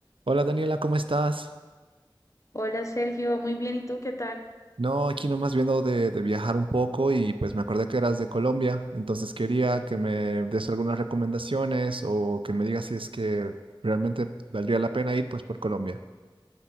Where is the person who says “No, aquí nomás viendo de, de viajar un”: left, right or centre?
Right